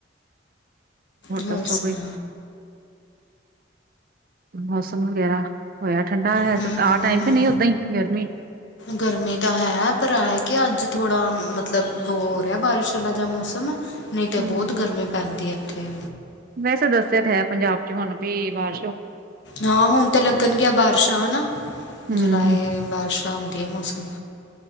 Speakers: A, on the left; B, on the right.
A: ਹੋਰ
B: ਦੱਸੋ
A: ਸੁਣਾ?
B: ਕੋਈ ਮੌਸਮ ਵਗੈਰਾ ਹੋਇਆ ਠੰਡਾ ਹੈ,
A: ਹੂੰ
B: ਆਹ ਟਾਈਮ ਕਿ ਨਹੀਂ ਓਦਾਂ ਹੀ ਗਰਮੀ।
A: ਗਰਮੀ ਤਾਂ ਹੈ, ਪਰ ਐਈ ਕਿ ਅੱਜ ਥੋੜਾ ਮਤਲਬ ਉਹ ਹੋ ਰਿਆ ਬਾਰਿਸ਼ ਵਾਲਾ ਜ ਮੌਸਮ ਨਈ ਤੇ
B: ਹਮ
A: ਬੌਤ ਗਰਮੀ ਪੈਂਦੀ ਐ ਇੱਥੇ।
B: ਵੈਸੇ ਦੱਸਿਆ ਤੇ ਹੈ ਪੰਜਾਬ ਚ ਹੁਣ ਵੀ ਬਾ
A: ਹਾਂ, ਹੁਣ ਤੇ ਲੱਗਣਗੀਆਂ ਬਾਰਿਸ਼ਾਂ ਹੈਨਾ,
B: ਹਮ
A: ਜੁਲਾਏ
B: ਹਮ
A: ਬਾਰਿਸ਼ਾਂ ਆਓਂਦੀਆ ਮੋਸਮ,